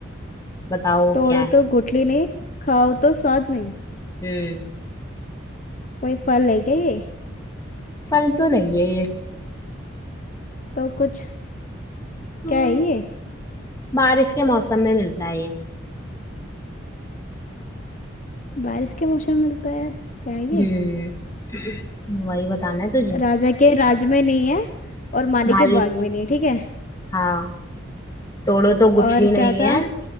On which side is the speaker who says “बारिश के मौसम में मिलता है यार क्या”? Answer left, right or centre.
Left